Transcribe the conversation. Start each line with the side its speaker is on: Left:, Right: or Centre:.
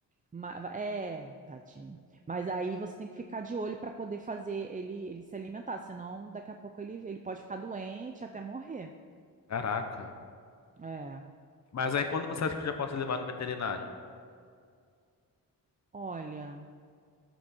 Right: Ma- É, tadinho. Mas aí você tem que ficar de olho para poder fazer ele, ele se alimentar, senão daqui a pouco ele, ele pode ficar doente até morrer.
Left: Caraca.
Right: É.
Left: Mas aí, quando você acha que eu já posso levar no veterinário?
Right: Olha.